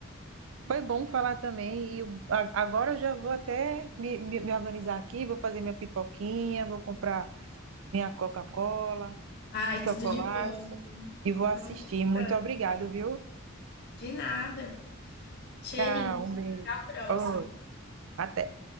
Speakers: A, on the right; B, on the left.
A: Foi bom falar também. E eu- a- agora eu já vou até me, me- me organizar aqui, vou fazer minha pipoquinha, vou comprar minha Coca-Cola,
B: Ai, tudo
A: chocolate
B: de bom.
A: e vou assistir.
B: Bom descanso.
A: Muito obrigado, viu?
B: De nada. Cheirinho.
A: Tchau, um beijo.
B: Até a próxima.
A: Outro. Até.